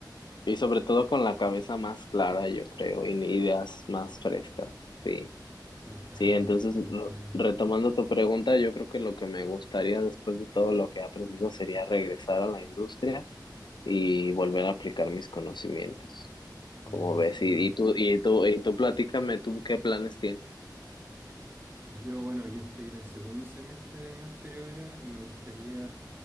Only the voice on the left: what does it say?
Y sobre todo con la cabeza más clara, yo creo, y ideas más frescas. Sí.
Sí, entonces
lo- retomando tu pregunta, yo creo que lo que me gustaría después de todo lo que he aprendido sería regresar a la industria y volver a aplicar mis conocimientos.
Como ves, y, y tú, y tú, y tú platícame, tú qué planes tienes.